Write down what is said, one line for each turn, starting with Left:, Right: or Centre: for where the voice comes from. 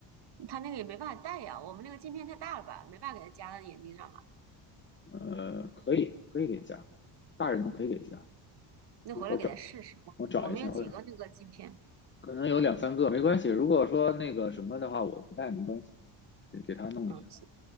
Right: 他那个也没办法戴呀。我们那个镜片太大了吧，没办法给他夹到眼睛上吧。
Left: 呃，可以，可以给加，大人的可以给加。
Right: 那回来给他试试，
Left: 我找
Right: 我我们有几个那个镜片。
Left: 我找一下，我可能有两三个，没关系。如果说那个什么的话，我不带没关系，给给他弄一下。
Right: 嗯